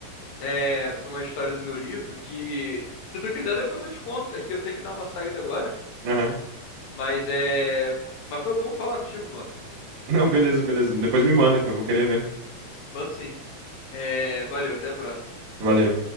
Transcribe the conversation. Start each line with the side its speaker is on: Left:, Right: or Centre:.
Left: é, para uma história do meu livro que, se tu quiser, depois eu te conto. É que eu tenho que dar uma saída agora,
Right: Aham.
Left: mas é, mas foi bom falar contigo, mano.
Right: Não, beleza, beleza. Depois me manda, eu vou querer ver.
Left: Mando sim. É, valeu, até a próxima.
Right: Valeu.